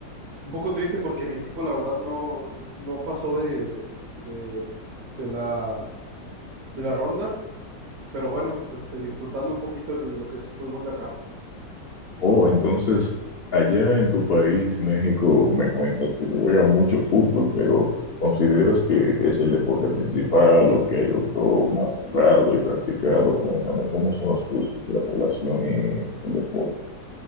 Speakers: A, on the right; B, on the left.
A: Un poco triste porque mi equipo, la verdad, no, no pasó de, de, de la, de la ronda. Pero bueno, pues, este, disfrutando un poquito el- lo que es el fútbol de acá.
B: Oh, entonces, allá en tu país, México, me cuentas que se juega mucho fútbol, pero ¿consideras que es el deporte principal o que hay otro más jugado y practicado? Cuéntame, ¿cómo son los gustos de la población y el deporte?